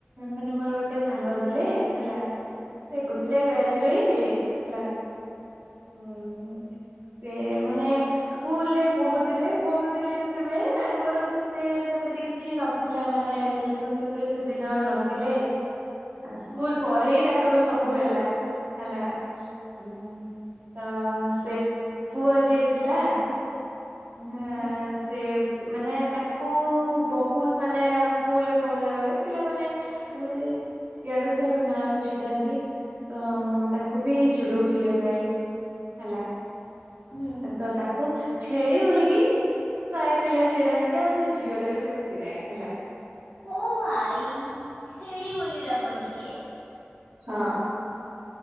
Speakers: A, on the right; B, on the left.
A: ମାନେ ମୋର ଗୋଟେ ସାଙ୍ଗ ଥିଲେ ହେଲା ସେ ଗୋଟେ
B: ହୁଁ
A: ବ୍ୟା ରେ ହିଁ ଥିଲେ ହେଲା ହୁଁ ସେ ମାନେ ସ୍କୁଲରେ ପଢୁଥିଲେ ପଢୁ ଥିଲେ ଯେତେବେ ତାଙ୍କର ସେତେ ସେମିତି କିଛି ନଥିଲା ମାନେ ରିଲେସନସିପ ରେ ସେ ଦିଇ ଜଣ ନ ଥିଲେ ସ୍କୁଲ
B: ହୁଁ।
A: ପରେ ହି ତାଙ୍କର ସବୁ ହେଲା ହେଲା। ହୁଁ ତ ସେ ପୁଅ ଯିଏ ଥିଲା ହଁ
B: ହୁଁ
A: ସେ ମାନେ ତାକୁ ବହୁତ ମାନେ ସ୍କୁଲରେ ପଢିଲା ବେଳେ ପିଲାମାନେ ଏମିତି ୟାଡୁ ସେଡୁ ନାଁ ର ଛିଡାନ୍ତି। ତ ତାକୁ ବି ଚିଡଉଥିଲେ ପ୍ରାୟ ହେଲା
B: ହୁଁ
A: ତ ତାକୁ ଛେଳି ବୋଲିଲ କି ପ୍ରାୟ ପିଲା ଚିଡାନ୍ତି ଆଉ ସେ ଝିଅ ଟା ବି ତାକୁ ଚିଡାଏ ହେଲା
B: ଓ ଭାଇ ଛେଳି ବୋଲି ଡାକନ୍ତି କି?
A: ହଁ।